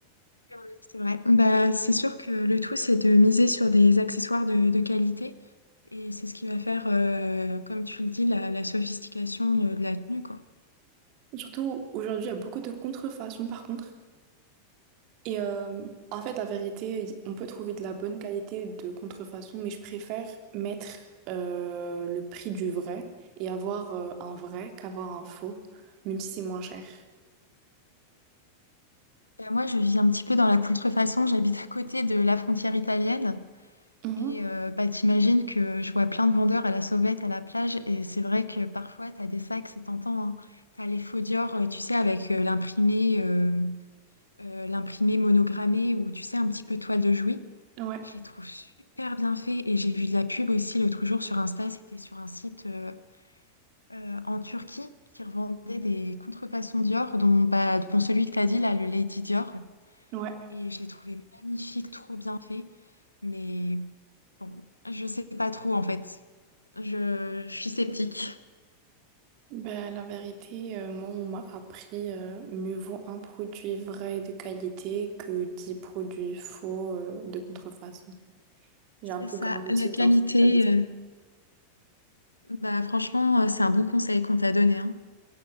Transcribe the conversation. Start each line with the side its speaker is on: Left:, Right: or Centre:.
Left: Ouais, C'est vrai. Bah, c'est sûr que le tout, c'est de miser sur des accessoires de, de qualité. Et c'est ce qui va faire, euh, comme tu le dis, la, la sophistication euh, de la tenue, quoi.
Right: Surtout, aujourd'hui, il y a beaucoup de contrefaçons par contre. Et euh, en fait, la vérité, y- on peut trouver de la bonne qualité de contrefaçon, mais je préfère mettre euh, le prix du vrai et avoir euh, un vrai qu'avoir un faux, même si c'est moins cher.
Left: Bah, moi, je vis un petit peu dans la contrefaçon. J'habite à côté de la frontière italienne.
Right: Mhm.
Left: Et euh, bah, t'imagines que je vois plein de vendeurs à la sauvette, à la plage. Et c'est vrai que parfois, t'as des sacs, c'est tentant, hein. T'as les faux Dior, euh, tu sais, avec euh, l'imprimé euh, euh, l'imprimé monogrammé ou, tu sais, un petit peu toile de Jouy.
Right: Ouais,
Left: Je les trouve super bien faits et j'ai vu de la pub aussi l'autre jour sur Insta, c'était sur un site euh, euh, en Turquie qui revendait des contrefaçons Dior, dont, bah, dont celui que tu as dit là, le Lady Dior.
Right: ouais.
Left: Et je l'ai trouvé magnifique, trop bien fait. Mais bon, je sais pas trop en fait. Je, je suis sceptique.
Right: Ben, la vérité, euh, moi, on m'a appris euh, mieux vaut un produit vrai et de qualité que dix produits faux euh, de contrefaçon. J'ai
Left: C'est
Right: un peu
Left: ça,
Right: grandi
Left: la qualité.
Right: dans cet état d'esprit.
Left: euh, bah, franchement, euh, c'est un bon conseil qu'on t'a donné, hein.